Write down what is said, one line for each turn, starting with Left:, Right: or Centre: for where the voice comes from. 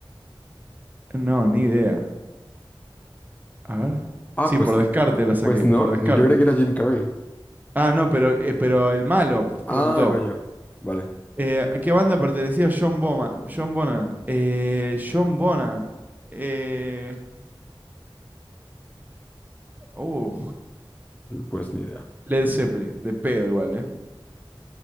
Right: No, ni idea. A ver.
Left: Ah,
Right: Sí,
Left: pues,
Right: por descarte la saqué,
Left: pues no.
Right: por descarte.
Left: Yo creía que era Jim Carrey.
Right: Ah, no, pero, eh, pero el malo
Left: Ah,
Right: preguntó.
Left: coño. Vale.
Right: eh, ¿a qué banda pertenecía John Boman? John Bonan. Eh, John Bonan. Eh, uh,
Left: Pues ni idea.
Right: Led Zeppelin. De pedo igual, ¿eh?